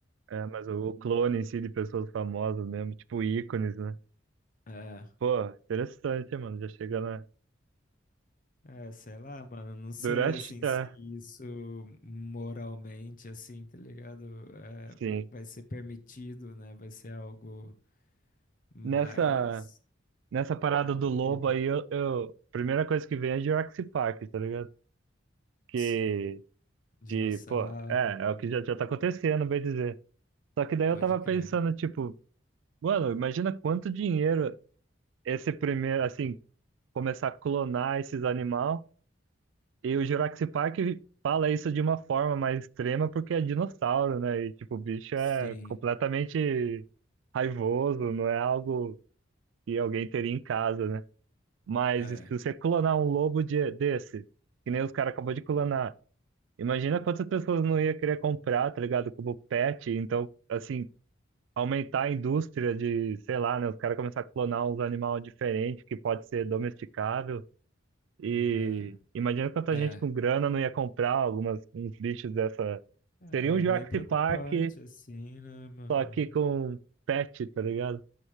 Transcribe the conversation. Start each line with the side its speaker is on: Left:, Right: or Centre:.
Right: É, mas o o clone em si de pessoas famosas mesmo, tipo ícones, né?
Left: É,
Right: Pô, interessante, mano. Já chega na.
Left: é, sei lá, mano, não sei,
Right: Durante.
Left: assim,
Right: É,
Left: se isso moralmente, assim, tá ligado? É,
Right: sim.
Left: vai ser permitido, né? Vai ser algo mais.
Right: Nessa, nessa parada
Left: Não
Right: do
Left: duvido.
Right: lobo aí, eu, eu- a primeira coisa que vem é Jurassic Park, tá ligado? Que
Left: Sim, dinossauro,
Right: De, pô, é, é o que já, já tá acontecendo, bem dizer. Só que daí
Left: pode
Right: eu tava
Left: crer.
Right: pensando, tipo, mano, imagina quanto dinheiro esse primeiro, assim, começar a clonar esses animais. E o Jurassic Park fala isso de uma forma mais extrema porque é dinossauro, né? E, tipo, o bicho é
Left: Sim,
Right: completamente raivoso, não é algo que alguém teria em casa, né? Mas
Left: é,
Right: se você clonar um lobo de, desse, que nem os caras acabou de clonar, Imagina quantas pessoas não ia querer comprar, tá ligado? Como pet. Então, assim, aumentar a indústria de, sei lá, né? Os caras começar a clonar uns animais diferentes que pode ser domesticável. E
Left: hum, é,
Right: imagina quanta
Left: é,
Right: gente com grana não ia comprar algumas, uns bichos dessa.
Left: é
Right: Seria um Jurassic
Left: meio preocupante
Right: Park,
Left: assim, né, mano?
Right: só que com pet, tá ligado?